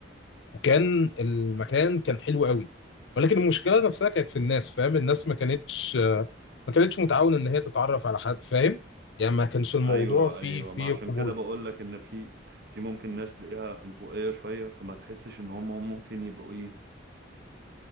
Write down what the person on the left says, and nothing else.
وكان المكان كان حلو قوي ولكن المشكله نفسها كانت في الناس فاهم الناس ما كانتش ما كانتش متعاونه ان هي تتعرف على حد فاهم يعني ما كانش الموضوع
فيه
فيه
قبول